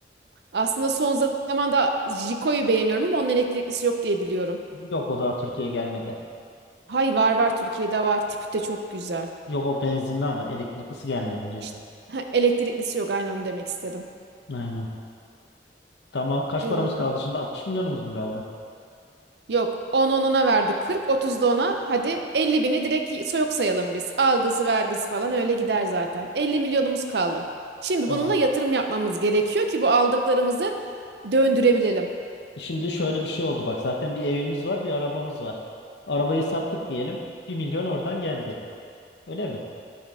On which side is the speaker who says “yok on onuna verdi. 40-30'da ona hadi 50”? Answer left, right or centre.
Right